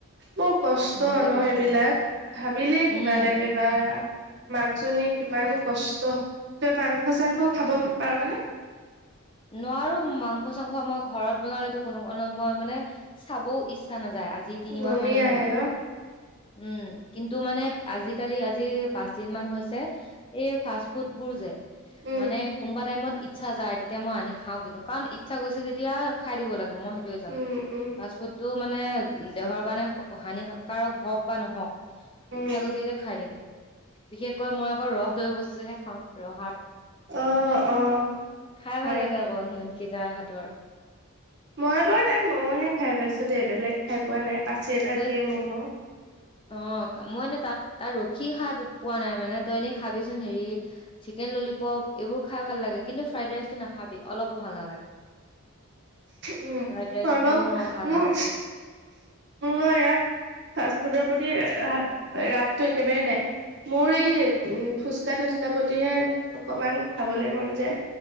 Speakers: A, on the right; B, on the left.
A: ম কষ্ট
B: সেনেকে
A: ন
B: কৈছে
A: এইবিলাক
B: আৰু।
A: ভাবিলে কিবা
B: উম,
A: লাগে বা মাক জনী কিমান কষ্ট তই মাংস চাংস খাব পাৰনেে
B: নোৱাৰো মাংস চাংস মই ঘৰত বনালেতো কোনো কাৰণত মই মানে চাবও ইচ্ছা নাযায় আজি তিনিমাহ
A: বমি
B: মানেই
A: আহে
B: হ'ল
A: ন
B: উম কিন্তু মানে আজিকালি আজি পাঁচ দিন মান হৈছে এই ফাষ্ট ফুড বোৰ যে
A: উম,
B: মানে কোনোবা টাইমত ইটছা যায় তেতিয়া মই আনি খাওঁ কিন্তু কাৰণ ইচ্ছা গৈছে যেতিয়া খাই দিব লাগে মই সেইটোয়ে জানো
A: উম, উম,
B: ফাষ্ট ফুড টো মানে দেহৰ কাৰণে হানিকাৰক হওক বা নহওক
A: উম,
B: ইচ্ছা গৈছে যেতিয়া খাই দিম বিশেষকৈ মই আকৌ ৰহদৈ বস্তুহে খাওঁ ৰহাৰ
A: অ অ
B: খাই
A: হয়
B: ভাল লাগে আকৌ সিহঁতকেইটা হাত ৰ
A: মই বাৰু তাত ম'মহে খাই পাইছো দেই বেলেগ খাই পোৱা নাই পাচি এটাত
B: তই
A: দিয়ে ম'ম'
B: অ মই নো তাত তাত ৰখি খাই পোৱা নাই মানে তই এনেই খাবিচোন হেৰি চিকেন ললিপপ এইবোৰ খাই ভাল লাগে কিন্তু ফ্ৰাইড ৰাইচটো নাখাবি অলপ ও ভাল নালাগে
A: উম
B: ফ্ৰাইড ৰাইচটো
A: ম হব
B: মই ভাল
A: উম
B: নাপাওঁ
A: মোৰ এয়া ফাষ্ট ফুডৰ প্ৰতি ৰাপটো একেবাৰেই নাই মোৰ এই উম ফুচকা তুচকা প্ৰতিহে অকনমান খাবলৈ মন যায়।